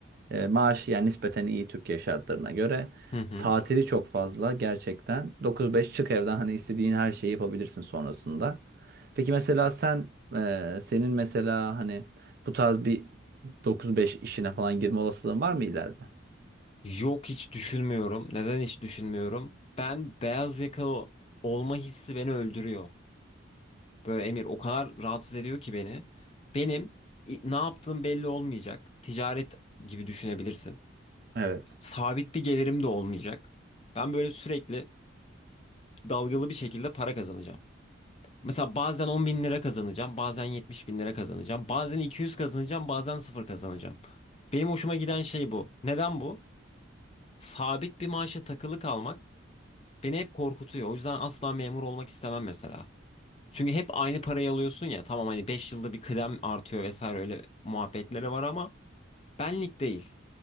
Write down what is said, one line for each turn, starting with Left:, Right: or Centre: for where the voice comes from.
Right: E, maaş yani nispeten iyi Türkiye şartlarına göre.
Left: Hı hı.
Right: Tatili çok fazla gerçekten. 9-5 çık evden hani istediğin her şeyi yapabilirsin sonrasında. Peki mesela sen e, senin mesela hani bu tarz bir 9-5 işine falan girme olasılığın var mı ileride?
Left: Yok hiç düşünmüyorum. Neden hiç düşünmüyorum? Ben beyaz yakalı olma hissi beni öldürüyor. Böyle Emir o kadar rahatsız ediyor ki beni. Benim i- ne yaptığım belli olmayacak. Ticaret gibi düşünebilirsin.
Right: Evet.
Left: Sabit bir gelirim de olmayacak. Ben böyle sürekli dalgalı bir şekilde para kazanacağım. Mesela bazen 10 bin lira kazanacağım, bazen 70 bin lira kazanacağım, bazen 200 kazanacağım, bazen sıfır kazanacağım. Benim hoşuma giden şey bu. Neden bu? Sabit bir maaşa takılı kalmak beni hep korkutuyor. O yüzden asla memur olmak istemem mesela. Çünkü hep aynı parayı alıyorsun ya. Tamam hani 5 yılda bir kıdem artıyor vesaire öyle muhabbetleri var ama benlik değil.